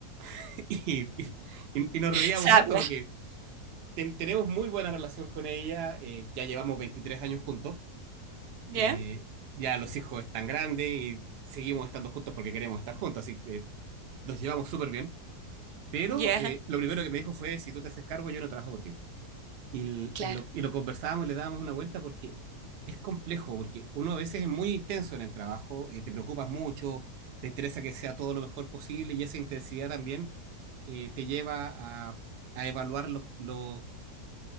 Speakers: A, on the right; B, on the right.
A: <laughs> Y, y- y nos reíamos
B: Sabia,
A: harto porque ten- tenemos muy buena relación con ella. eh, ya llevamos 23 años juntos.
B: ya,
A: eh, ya los hijos están grandes y seguimos estando juntos porque queremos estar juntos, así que eh, nos llevamos súper bien. Pero
B: ya.
A: eh, lo primero que me dijo fue, si tú te haces cargo, yo no trabajo contigo. Y, l-
B: Claro,
A: y lo, y lo conversábamos y le dábamos una vuelta porque es complejo, porque uno a veces es muy intenso en el trabajo, eh, te preocupas mucho, te interesa que sea todo lo mejor posible y esa intensidad también eh, te lleva a, a evaluar los, los,